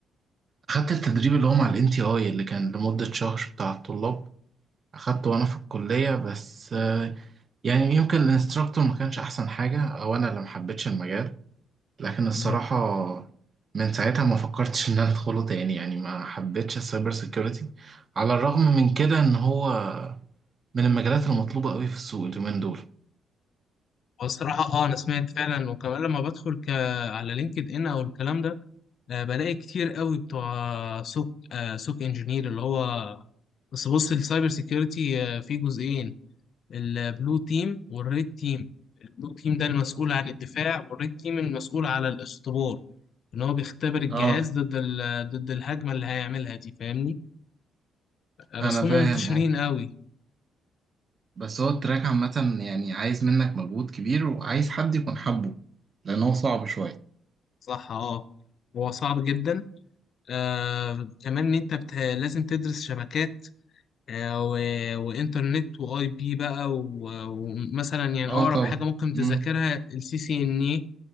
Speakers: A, on the right; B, on the left.
A: اخدت التدريب اللي هو مع الان تي اي اللي كان لمدة شهر بتاع الطلاب اخدته وانا في الكلية بس آه، يعني يمكن الانستراكتور ما كانش احسن حاجة او انا اللي ما حبيتش المجال لكن الصراحة
B: مم.
A: من ساعتها ما فكرتش ان انا ادخله تاني يعني ما حبيتش السايبر سيكيورتي على الرغم من كده ان هو من المجالات المطلوبة قوي في السوق اليومين دول
B: والصراحه اه انا سمعت فعلا وكمان لما بدخل ك... على لينكد ان او الكلام ده آه، بلاقي كتير قوي بتوع سوك آه، سوك انجينير اللي هو بس بص السايبر سيكيورتي آه، فيه جزئين البلو تيم والريد تيم البلو تيم ده المسؤول عن الدفاع والريد تيم المسؤول على الاختبار ان هو بيختبر الجهاز
A: اه
B: ضد ال... ضد الهجمه اللي هيعملها دي فاهمني آه،
A: انا
B: بس هم
A: فاهم
B: منتشرين
A: اه
B: قوي
A: بس هو التراك عامة يعني عايز منك مجهود كبير وعايز حد يكون حبه لأن هو صعب شوية
B: صح اه هو صعب جدا آه كمان ان انت بت... لازم تدرس شبكات آه و... وانترنت واي بي بقى و... ومثلا يعني
A: اه
B: اقرب
A: طبعا
B: حاجه ممكن تذاكرها
A: امم
B: السي سي ان اي